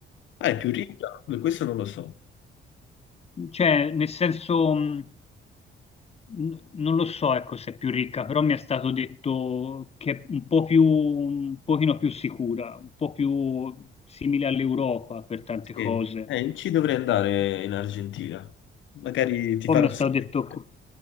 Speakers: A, on the left; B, on the left.
A: Ah, è più ricca? Beh, Questo non lo so.
B: Cioè, nel senso, mh, n- non lo so, ecco, se è più ricca, però mi è stato detto che è un po' più, un pochino più sicura, un po' più simile all'Europa per tante
A: Sì.
B: cose.
A: Eh, ci dovrei andare in Argentina. Magari ti
B: Poi
A: farò
B: mi è
A: sapere.
B: stato detto,
A: <laughs>
B: co-